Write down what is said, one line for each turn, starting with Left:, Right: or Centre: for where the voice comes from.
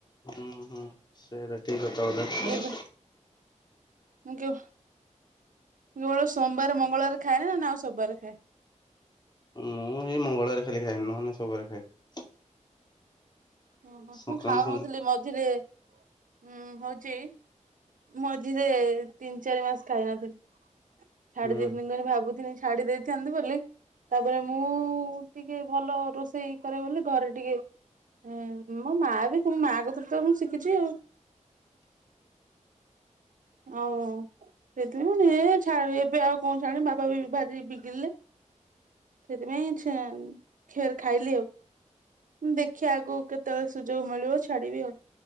Left: ହୁଁ ହୁଁ ସେଇଟା ଠିକ କଥା ଗୋଟେ।
Right: ଏବେ ମୁଁ କେବଳ ମୋର ସୋମବାର ମଙ୍ଗଳବାର ଖାଏନି ନା ଆଉ ସବୁ ବାରେ ଖାଏ।
Left: ମୁଁ ଏଇ ମଙ୍ଗଳବାରେ ଖାଲି ଖାଏନି, ନହେଲେ ନାହିଁ ସବୁବାରେ ଖାଏ।
Right: ଓହୋ।
Left: ସଂକ୍ରାନ୍ତି
Right: ମୁଁ ଖାଉନଥିଲି ମଝିରେ ହୁଁ ହଉଚି ମଝିରେ ତିନ ଚାରି ମାସ ଖାଇନଥିଲି। ଛାଡି
Left: ସଂକ୍ରାନ୍ତି
Right: ଦେଇଥାନି ବୋଲି ଭାବୁଥିଲି ଛାଡି ଦେଇଥାନ୍ତି ବୋଲି। ତାପରେ, ମୁଁ ଟିକେ ଭଲ ରୋଷେଇ କରେ ବୋଲି ଘରେ ଟିକେ ହୁଁ ମୋ ମା ବି ମା କତରୁ ତ ମୁଁ ଶିଖିଛି ଆଉ। ଆଉ ସେଥିପାଇଁ ଏ ଏବେ ଆଉ କଣ ଛାଡିବି ବାପା ବି ଭାରି ବିଗିଡିଲେ। ସେଥିପାଇଁ ଛେଁନ ଖେର ଖାଇଲି ଆଉ। ଦେଖିବା ଆଗକୁ କେତେବେଳେ ସୁଯୋଗ ମିଳିବ ଛାଡିବି ଆଉ,